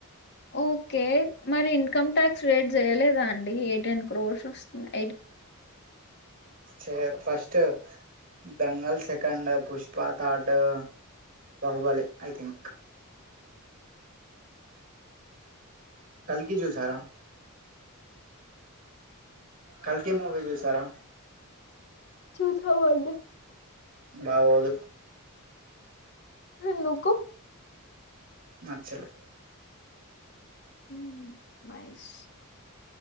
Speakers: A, on the left; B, on the right.
A: okay మరి ఇన్కమ్ ట్యాక్స్ రేట్ చేయలేదా అం ఎయిటిన్ క్రోర్స్ వస్తున్నాయి
B: say first Dangal second Pushpa third Baahubali I think కల్కి చూసారా కల్కి మూవీ చూసారా
A: చూసా మండి
B: బాగొదు
A: ఎందుకు
B: నచ్చలే
A: ఉమ్ మైస్